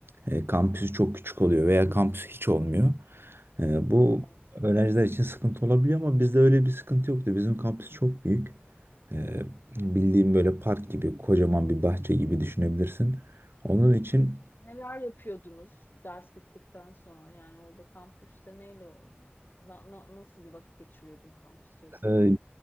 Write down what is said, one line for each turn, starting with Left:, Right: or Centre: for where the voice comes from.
Right: E, kampüsü çok küçük oluyor veya kampüsü hiç olmuyor. E, bu
Left: Evet.
Right: öğrenciler için sıkıntı olabiliyor ama bizde öyle bir sıkıntı yoktu. Bizim kampüs çok büyük. E, bildiğim böyle park gibi kocaman bir bahçe gibi düşünebilirsin. Onun için
Left: Neler yapıyordunuz ders bittikten sonra? Yani orada kampüste neyle na- na- nasıl bir vakit geçiriyordun kampüs içerisinde?
Right: Ee,